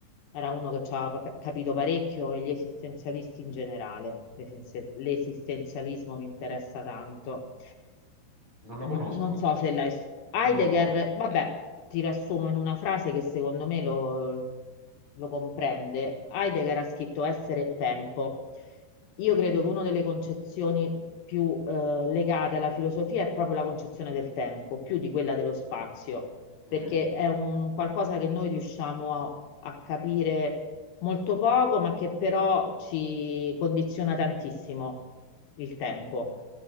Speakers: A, on the left; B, on the right.
A: era uno che ci ha pa- capito parecchio e gli esistenzialisti in generale. L'esisten- L'esistenzialismo mi interessa tanto
B: Non lo
A: no-
B: conosco.
A: non so se l'hai... Heidegger,
B: No.
A: vabbè, ti riassumo in una frase che secondo me lo, lo comprende. Heidegger ha scritto Essere e tempo. Io credo che una delle concezioni più eh, legate alla filosofia è proprio la concezione del tempo, più di quella dello spazio,
B: Mm,
A: perché è un qualcosa che noi riusciamo a, a capire molto poco, ma che però ci condiziona tantissimo il tempo.